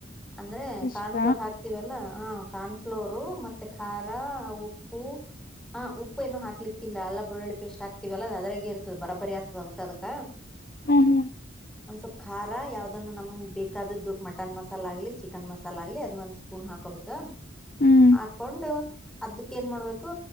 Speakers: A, in the centre; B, on the left.
A: ಅಂದ್ರೆ
B: ಫಿಶ್ಗ
A: ಕಾರ್ನ್ಫ್ಲೋರ್ ಹಾಕ್ತಿವಲ್ಲಾ ಹ ಕಾರ್ನ್ಫ್ಲೋರ್ ಮತ್ತೆ ಖಾರ ಉಪ್ಪು ಹ ಉಪ್ಪು ಏನು ಹಾಕಿ ಆಕ್ಲಿಕ್ಕಿಲ್ಲ ಎಲ್ಲ ಬೆಳ್ಳಿ ಪೇಸ್ಟ್ ಆಗ್ತತಿವಲ್ಲ ಅದ್ರಾಗೆ ಇರ್ತದ ಬರಾಬರಿ ಆತದ ಅದಕ್ಕ ಅದಕ
B: ಹ್ಮ ಹ್ಮ
A: ಒಂದ್ ಸ್ವಲ್ಪ್ ಖಾರ ಯಾವ್ದನ್ನು ನಮ್ಗ್ ಬೇಕಾದದ್ದು ಮಟನ್ ಮಸಾಲ ಆಗ್ಲಿ ಚಿಕನ್ ಮಸಾಲ ಆಗ್ಲಿ ಅದ ಒಂದ್ ಸ್ಪೂನ್ ಹಾಕ ಹಾಕೋಬೇಕು
B: ಹ್ಮ್
A: ಹಾಕೊಂಡು ಅದಕ್ ಏನ್ ಮಾಡ್ಬೇಕು